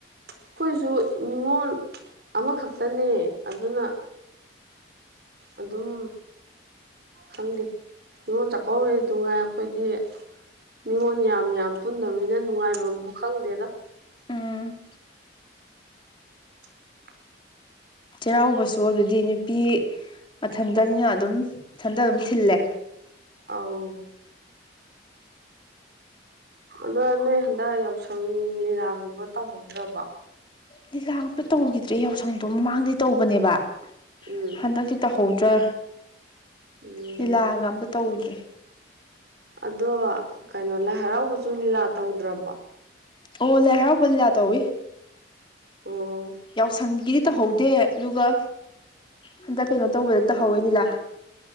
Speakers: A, on the right (about 55°); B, on the left (about 25°).
A: ꯑꯩꯈꯣꯏꯁꯨ ꯅꯤꯉꯣꯜ ꯑꯃꯈꯛꯇꯅꯦ ꯑꯗꯨꯅ ꯑꯗꯨꯝ ꯈꯪꯗꯦ ꯅꯤꯉꯣꯟ ꯆꯥꯛꯀꯧꯔꯦ ꯗꯨꯉꯥꯏ ꯑꯩꯈꯣꯏꯗꯤ ꯅꯤꯉꯣꯟꯜ ꯌꯥꯝ ꯌꯥꯝ ꯄꯨꯟꯗꯕꯅꯤꯅ ꯅꯨꯡꯉꯥꯏꯕꯝꯕꯨ ꯈꯪꯗꯦꯗ
B: ꯎꯝ
A: <inaudible>
B: ꯆꯩꯔꯥꯎꯕꯁꯨ ꯑꯗꯨꯗꯤ ꯅꯨꯄꯤ ꯃꯊꯟꯇꯅꯤꯅ ꯑꯗꯨꯝ ꯃꯊꯟꯗ ꯑꯗꯨꯝ ꯊꯤꯜꯂꯦ
A: ꯑꯥꯎ ꯑꯗꯣ ꯅꯣꯏ ꯍꯟꯗꯛ ꯌꯥꯎꯁꯪ ꯂꯤꯂꯥꯒꯨꯝꯕ ꯇꯧꯍꯧꯗ꯭ꯔꯕ
B: ꯂꯤꯂꯥꯒ ꯑꯝꯇ ꯇꯧꯈꯤꯗ꯭ꯔꯦ ꯌꯥꯎꯁꯪꯗꯣ ꯃꯃꯥꯡꯗꯗꯤ ꯇꯧꯕꯅꯦꯕ
A: ꯎꯝ
B: ꯍꯟꯗꯛꯇꯛꯇꯤ ꯇꯧꯍꯧꯗ꯭ꯔ
A: ꯎꯝ
B: ꯂꯤꯂꯥꯒ ꯑꯝꯇ ꯇꯧꯗ꯭ꯔꯦ
A: ꯑꯗꯣ ꯀꯩꯅꯣ ꯂꯥꯏ ꯍꯔꯥꯎꯕꯁꯨ ꯂꯤꯂꯥ ꯇꯧꯗ꯭ꯔꯕꯣ
B: ꯑꯣ ꯂꯥꯏ ꯍꯔꯥꯎꯕ ꯂꯤꯂꯥ ꯇꯧꯋꯤ
A: ꯑꯣ
B: ꯌꯥꯎꯁꯪꯒꯤꯗꯤ ꯇꯧꯍꯧꯗꯦ ꯑꯗꯨꯒ ꯍꯟꯗꯛ ꯀꯩꯅꯣ ꯇꯧꯕꯗ ꯇꯧꯍꯧꯋꯦ ꯂꯤꯂꯥ